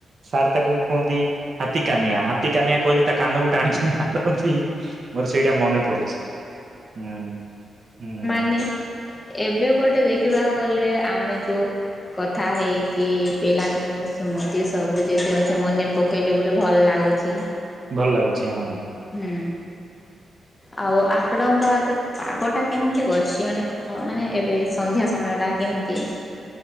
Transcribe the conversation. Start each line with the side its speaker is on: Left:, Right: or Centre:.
Right: ସାର୍ ତାକୁ କୁହନ୍ତି ହାତୀ କାନିଆ ହାତୀ କାନିଆ କହକି ତା କାନକୁ ଟାଣିଛନ୍ତି ତାପ ମୋର ସେଇଟା ମନେ ପଡୁଛି ହୁଁ ହୁଁ।
Left: ନେ ଏବେ ଗୋଟେ ଦେଖିବାକୁ ଗଲେ ଆମେ ଯେଉଁ କଥା ହେଇକି ପିଲାଦିନ ସ୍ମୃତି ସବୁ ଯେତେ ଅଛି ମନେ ପକେଇଲେ ଗୋଟେ ଭଲ ଲାଗୁଚି।
Right: ଭଲ ଲାଗୁଛି ହଁ।
Left: ହୁଁ ଆ, ଉ ଆପଣଙ୍କ ଆଡେ ପାଗଟା କେମିତି ଅଛି ମାନେ ମାନେ ଏବେ ସନ୍ଧ୍ୟା ସମୟ ଟା କେମିତି।